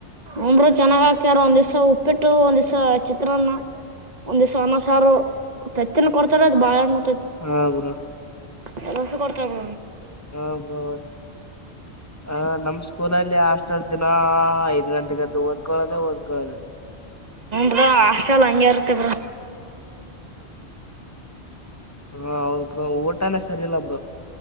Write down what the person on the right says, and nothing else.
ಒಂಬರು ಚೆನ್ನಾಗ್ ಆಗ್ತಾರ ಒಂದ್ ದಿವಸ ಉಪ್ಪಿಟ್ಟು ಒಂದ್ ದಿವಸ ಚಿತ್ರಾನ್ನ ಒಂದ್ ದಿವಸ ಅನ್ನ ಸಾರು ತತ್ತಿನ ಕೊಡ್ತಾರ ಅದು ಬಾಳಿಹಣ್ಣ
ಕೆಲಸ ಕೊಡ್ತ ಹ
ಹ ಹಾಸ್ಟೆಲ್ ಹಂಗಗೆರ್ತ ಬ್ರೋ